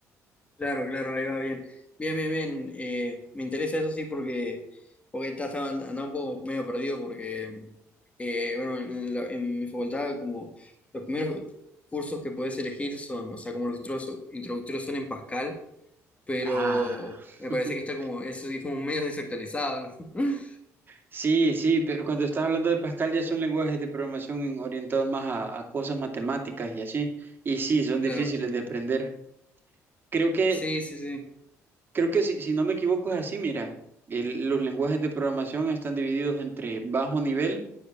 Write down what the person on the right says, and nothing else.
Ah,
<laughs>
Sí, sí, pero cuando estás hablando de Pascal ya son lenguajes de programación orientados más a, a cosas matemáticas y así. Y sí, son
difíciles de aprender. Creo que,
creo que si, si no me equivoco es así, mira, el- los lenguajes de programación están divididos entre bajo nivel.